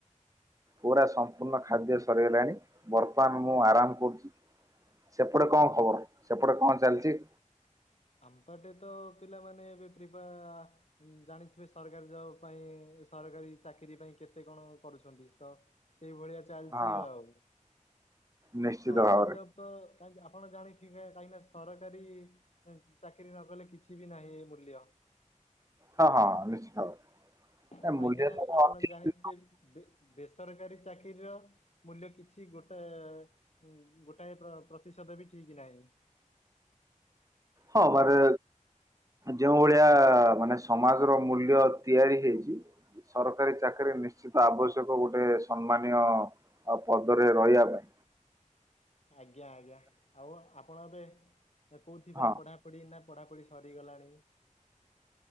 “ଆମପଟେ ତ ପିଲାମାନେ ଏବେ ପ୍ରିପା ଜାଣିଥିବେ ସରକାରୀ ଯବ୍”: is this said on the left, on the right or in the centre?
Left